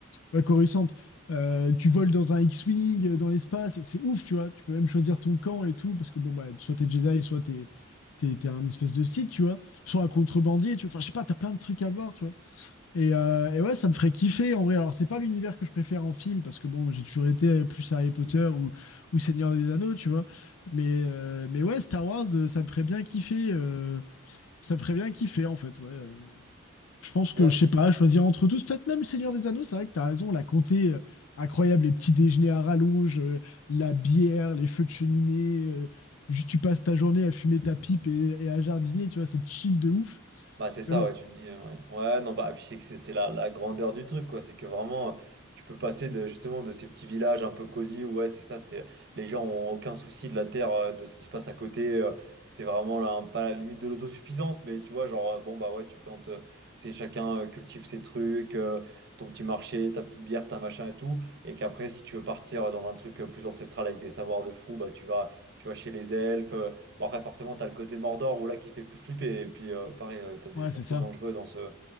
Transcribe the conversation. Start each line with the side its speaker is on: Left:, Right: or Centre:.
Left: Ouais, Coruscant, euh, tu voles dans un X-Wing, euh, dans l'espace, c'est ouf, tu vois. Tu peux même choisir ton camp et tout, parce que bon, bah, soit t'es Jedi, soit t'es, t'es, t'es un espèce de Sith, tu vois. Soit un contrebandier, tu vois. Enfin, je sais pas, t'as plein de trucs à voir, tu vois. Et, euh, et ouais, ça me ferait kiffer, en vrai. Alors, c'est pas l'univers que je préfère en film, parce que bon, moi, j'ai toujours été euh, plus Harry Potter ou, ou Seigneur des Anneaux, tu vois. Mais, euh, mais ouais, Star Wars, euh, ça me ferait bien kiffer. euh, ça me ferait bien kiffer, en fait, ouais. euh, je pense
Right: Ouais.
Left: que, je sais pas, choisir entre tous, peut-être même le Seigneur des Anneaux, c'est vrai que t'as raison, la comté euh, incroyable, les petits déjeuners à rallonge, euh, la bière, les feux de cheminée, euh, juste tu passes ta journée à fumer ta pipe et, et à jardiner, tu vois, c'est chill de ouf.
Right: Bah c'est ça,
Left: Mais bon,
Right: ouais, tu te dis, euh, ouais. Ouais, non, bah, puis c'est que c'est c'est la, la grandeur du truc, quoi. C'est que vraiment, euh, tu peux passer de, justement de ces petits villages un peu cosy, où, ouais, c'est ça, c'est les gens ont aucun souci de la terre, euh, de ce qui se passe à côté. euh, c'est vraiment là, un- pas la limite de l'autosuffisance, mais tu vois, genre, euh, bon, bah ouais, tu plantes, euh, c'est chacun euh, cultive ses trucs, euh, ton petit marché, ta petite bière, ta machin et tout. Et qu'après, si tu veux partir euh, dans un truc euh, plus ancestral avec des savoirs de fou, bah tu vas, tu vas chez les elfes, euh, Bon, après, forcément, t'as le côté Mordor où là qui fait plus flipper. Et puis, euh, pareil, euh, t'as des
Left: ouais,
Right: sacrés
Left: c'est ça.
Right: dangereux dans ce,